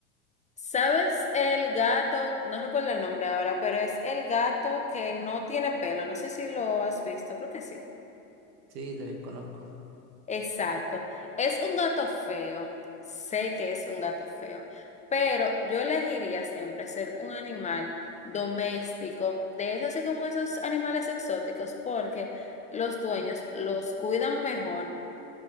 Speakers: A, on the left; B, on the right.
A: ¿Sabes el gato? No recuerdo el nombre ahora, pero es el gato que no tiene pelo. No sé si lo has visto, creo que sí.
B: Sí, los conozco.
A: Exacto. Es un gato feo. Sé que es un gato feo, pero yo elegiría siempre ser un animal doméstico, de esos así como esos animales exóticos, porque los dueños los cuidan mejor